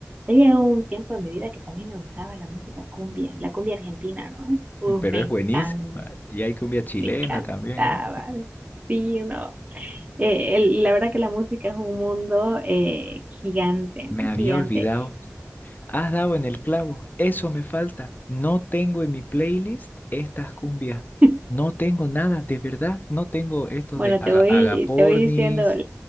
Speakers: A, on the right; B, on the left.
A: he llegado un tiempo en mi vida que también me gustaba la música cumbia, la cumbia argentina, ¿no? Uf,
B: pero
A: me
B: es buenísima.
A: encanta
B: Y hay cumbia chilena
A: Me encantaba.
B: también, ¿no?
A: Sí, no. Eh, el- la verdad que la música es un mundo eh, gigante,
B: Me
A: ¿no?
B: había
A: Gigante.
B: olvidado Has dado en el clavo, eso me falta. No tengo en mi playlist estas cumbias.
A: <laughs>
B: No tengo nada, de verdad. No tengo estos
A: Bueno,
B: de Aga-
A: te voy,
B: Agapornis.
A: te voy diciendo,